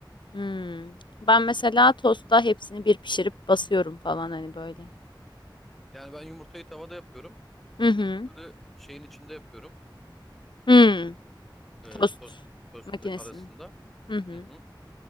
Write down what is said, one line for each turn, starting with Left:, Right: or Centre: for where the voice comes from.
Left: Hmm. Ben mesela tostta hepsini bir pişirip basıyorum falan hani böyle.
Centre: Yani ben yumurtayı tavada yapıyorum.
Left: Hı hı.
Centre: Sucukları şeyin içinde yapıyorum.
Left: Hmm,
Centre: Ee,
Left: Tost
Centre: tost tostun
Left: makinesinin.
Centre: arasında.
Left: Hı hı.
Centre: Hı hı.